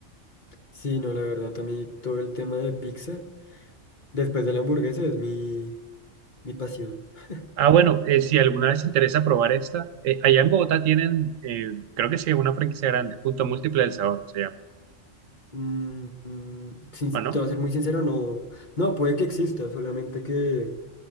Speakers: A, on the left; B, on the right.
A: Sí, no, la verdad, a mí todo el tema de pizza, después de la hamburguesa, es mi, mi pasión. <laughs>
B: Ah, bueno, eh, si alguna vez te interesa probar esta, eh, allá en Bogotá tienen, eh, creo que sí, una franquicia grande, Punto Múltiple del Sabor se llama,
A: Mm, mm, sin-
B: ¿o no?
A: te voy a ser muy sincero, no, no, puede que exista, solamente que